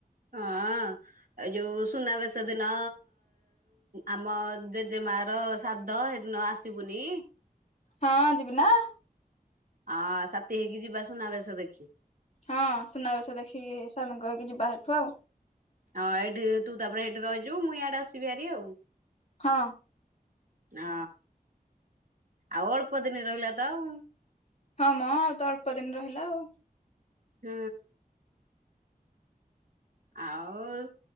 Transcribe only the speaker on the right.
ହଁ ଏ ଯୋଉ ସୁନାବେଶ ଦିନ ଆମ ଜେଜ ମା ର ଶାଦ୍ଧ ସେଦିନ ଆସିବୁନି
ହଁ ସାଥି ହେଇକି ଯିବା ସୁନା ବେସ ଦେଖି।
ହଁ ଏଇଠି ତୁ ତାପରେ ସେଇଠି ରହିଯିବୁ ମୁଁ ଇଆଡେ ଆସିବି ଆରି ଆଉ
ହଁ ଆଉ ଅଳ୍ପ ଦିନ ରହିଲା ତ ଆଉ।
ହୁଁ। ଆଉ